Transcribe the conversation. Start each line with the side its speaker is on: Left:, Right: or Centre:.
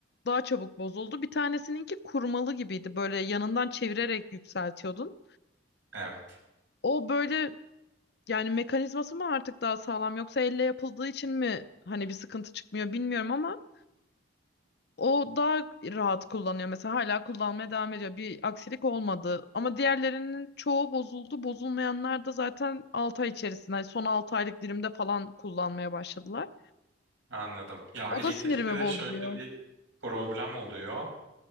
Left: daha çabuk bozuldu. Bir tanesininki kurmalı gibiydi. Böyle yanından çevirerek yükseltiyordun.
Right: Evet,
Left: O böyle yani mekanizması mı artık daha sağlam yoksa elle yapıldığı için mi hani bir sıkıntı çıkmıyor bilmiyorum ama o daha rahat kullanıyor. Mesela hala kullanmaya devam ediyor. Bir aksilik olmadı. Ama diğerlerinin çoğu bozuldu. Bozulmayanlar da zaten 6 ay içerisinde hani son 6 aylık dilimde falan kullanmaya başladılar.
Right: anladım. Ya
Left: O
Right: elektrikte
Left: da sinirimi
Right: de
Left: bozuyor.
Right: şöyle bir problem oluyor.